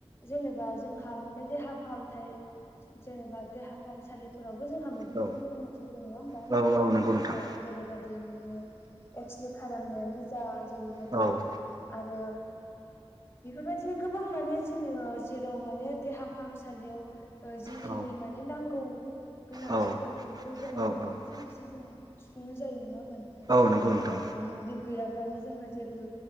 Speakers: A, on the left; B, on the right.
A: जेनेबा जोंहा माने देहा फाहामथाय जेनेबा देहा फाहामसालिफोराव बो जोंहा मोब्लिबनि
B: औ
A: गोनांथि जायो नङा होमबा
B: औ
A: नोंथां
B: औ नंगौ नोंथां
A: औ जेरैबादि मोन ने एक्सरे खालामनायानो जा जेरैबायदि
B: औ
A: आरो बेफोरबायदिनो गोबां माने जोङो जेराव माने देहा फाहामसालियाव ओ जिखिनि
B: औ
A: माने नांगौ गोनांथिफोर
B: औ
A: बेखौ जों
B: औ
A: मोब्लिबनि जोहैसो जों <unintelligible> जायो नों नङा होमा नोंथां
B: औ नंगौ
A: जेरैबायदि
B: नोंथां
A: मोब्लिब गैयाब्लानो जोंहा जेबो